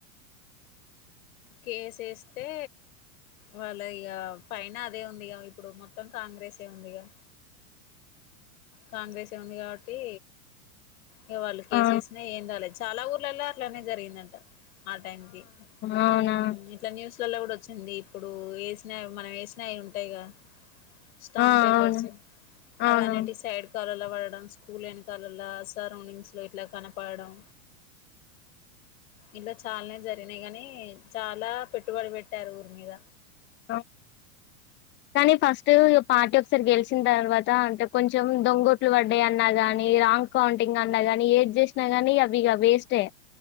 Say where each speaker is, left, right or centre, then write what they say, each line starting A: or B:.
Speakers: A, on the left; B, on the left.
A: <inaudible>
B: కేస్ వేస్తే వాళ్ళ ఇగ పైన అదే ఉందిగా ఇప్పుడు మొత్తం కాంగ్రెస్ ఏ ఉందిగా కాంగ్రెస్ ఏ ఉంది కాబట్టి ఇగ వాళ్ళు కేసేసిన
A: ఆ
B: ఏం రాలేదు చాలా ఊర్లలో అట్లనే జరిగిందంట ఆ టైంకి
A: అవునా
B: ఉమ్ ఇట్లా న్యూస్లలో కూడా వచ్చింది ఇప్పుడు వేసినవి మనం వేసినవి అవి ఉంటాయిగా స్టాంప్
A: ఆ
B: పేపర్స్
A: అవును అవును
B: అవిన్నిటి సైడ్ కాలవలో పడడం స్కూల్ వెనకాలాలా సరౌండింగ్స్ లో ఇట్లా కనపడడం ఇంట్లో చాలానే జరిగినాయి గాని చాలా పెట్టుబడి పెట్టారు ఊరి మీద
A: ఆ కానీ ఫస్ట్ పార్టీ ఒకసారి గెలిచిన తర్వాత అంటే కొంచెం దొంగొట్లు పడ్డ అన్నా కానీ రాంగ్ కౌంటింగ్ అన్నా గానీ ఏది చేసినా కాని అవి ఇగ వేస్టే